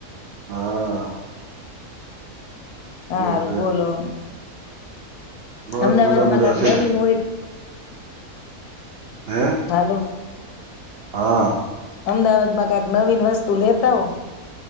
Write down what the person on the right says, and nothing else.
હા.
એવું છે
બસ
મજા મજા
છે
હે
હા.